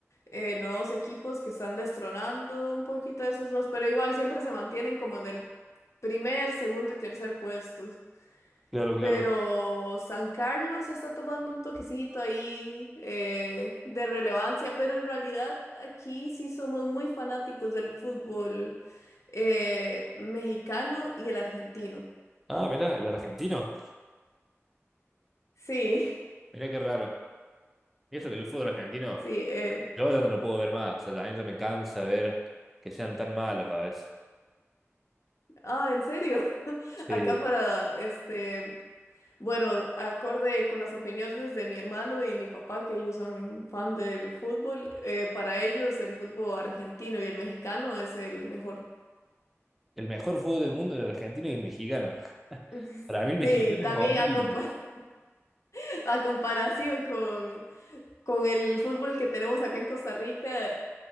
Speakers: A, on the left; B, in the centre.
A: eh, nuevos equipos que están destronando un poquito a esos dos, pero igual siempre se mantienen como en el primer, segundo y tercer puesto.
B: claro, claro.
A: Pero San Carlos está tomando un toquecito ahí eh, de relevancia, pero en realidad aquí sí somos muy fanáticos del fútbol eh, mexicano y el argentino.
B: Ah, mirá, el argentino.
A: Sí, <laughs>
B: Mirá qué raro. Y eso que el fútbol argentino
A: sí. eh,
B: Yo ya no lo puedo ver más. O sea, la neta me cansa ver que sean tan malos a veces.
A: Ah, ¿en serio? <laughs>
B: Sí,
A: Acá para, este, bueno, acorde con las opiniones de mi hermano y mi papá, que ellos son fan del fútbol, eh, para ellos el fútbol argentino y el mexicano es el mejor.
B: El mejor fútbol del mundo era el argentino y el mexicano. <laughs>
A: <laughs>
B: Para mí el mexicano
A: Sí, también
B: es horrible.
A: a, compa- <laughs> a comparación con, con el fútbol que tenemos acá en Costa Rica,